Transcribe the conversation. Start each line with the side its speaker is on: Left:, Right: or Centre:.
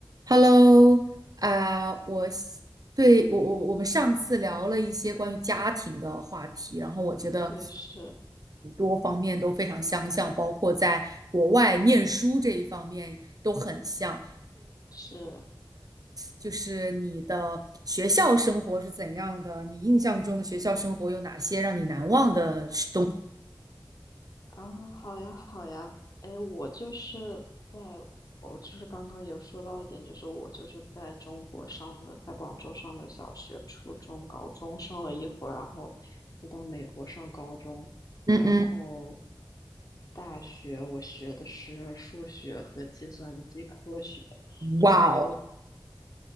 Right: Hello，啊、我是对我我我们上次聊了一些关于家庭的话题，然后我觉得
Left: 对，是
Right: 很多方面都非常相像，包括在国外念书这一方面都很像。
Left: 是
Right: 就是你的学校生活是怎样的？你印象中的学校生活有哪些让你难忘的事东西？
Left: 啊，好呀好呀，哎，我就是在，我就是刚刚有说到一点，就是我就是在中国上的，在广州上的小学、初中、高中上了一会儿，然后又到美国上高中，
Right: 嗯嗯，
Left: 然后大学我学的是数学和计算机科学，
Right: 哇哦，
Left: 然后